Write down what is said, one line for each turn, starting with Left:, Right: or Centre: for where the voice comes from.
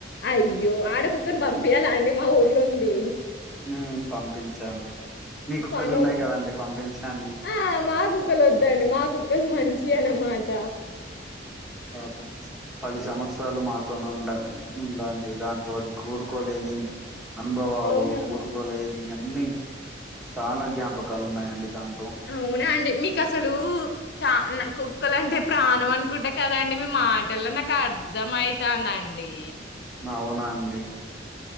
Left: అయ్యో ఆడ కుక్కని పంపియాల అండి మా ఊర్లో ఉంది.
Centre: ఉమ్ పంపించండి. మీ కుక్కలు
Left: పనోల్
Centre: ఉన్నాయి కదండి పంపించండి
Left: ఆ మా కుక్కలు వద్దండి మా కుక్కలు మం చియనమాట
Centre: ప పది సంవత్సరాలు మాతోని ఉండ ఉందండి దాంతోని కూ కోలేని అనుభవాలు
Left: అవునా?
Centre: కూరుకోలేని అన్ని చాలా జ్ఞాపకాలు ఉన్నాయండి దానితో.
Left: అవునా అండి మీ కసలు చా నా కుక్కలు అంటే ప్రాణం అనుకుంట కదా అండి. మీ మాటల్లో నాకు అర్ ర్థమయితాందండి.
Centre: అవునా అండి